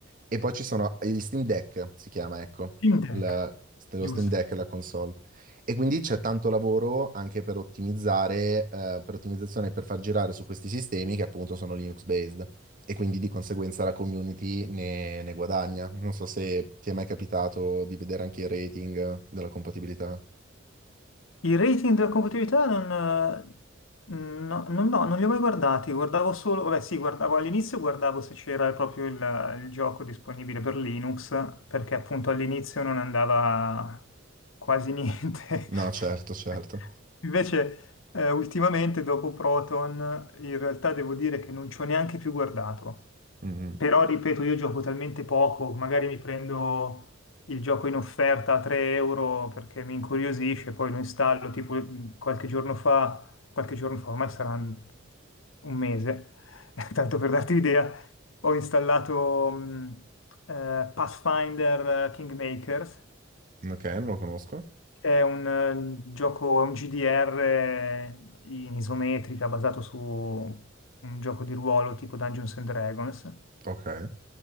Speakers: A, on the right; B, on the left.
A: e poi ci sono gli Steam Deck, si chiama, ecco,
B: Steam Deck,
A: la- lo
B: giusto.
A: Steam Deck è la console. E quindi c'è tanto lavoro anche per ottimizzare, eh, per ottimizzazione, per far girare su questi sistemi che appunto sono Linux-based. E quindi di conseguenza la community ne, ne guadagna. Non so se ti è mai capitato di vedere anche il rating della compatibilità.
B: I rating della compatibilità non, eh, no, non, no, non li ho mai guardati, guardavo solo, vabbè sì, guardavo all'inizio, guardavo se c'era proprio il, il gioco disponibile per Linux, perché appunto all'inizio non andava quasi niente.
A: No,
B: <laughs>
A: certo, certo.
B: Invece eh, ultimamente dopo Proton in realtà devo dire che non ci ho neanche più guardato.
A: Mhm.
B: Però ripeto, io gioco talmente poco, magari mi prendo il gioco in offerta a 3 euro perché mi incuriosisce, poi lo installo, tipo mh, qualche giorno fa, qualche giorno fa, ormai sarà un un mese, <laughs> tanto per darti l'idea, ho installato mh, eh, Pathfinder eh, Kingmakers,
A: Ok, non lo conosco.
B: che è un eh, gioco, è un GDR in isometrica basato su un gioco di ruolo tipo Dungeons and Dragons
A: Ok.